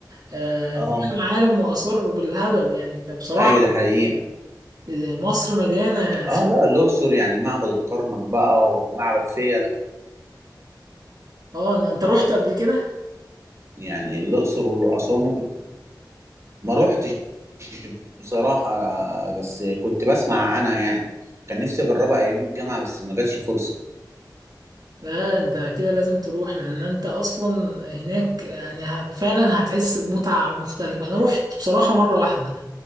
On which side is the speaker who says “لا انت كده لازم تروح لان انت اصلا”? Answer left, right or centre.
Right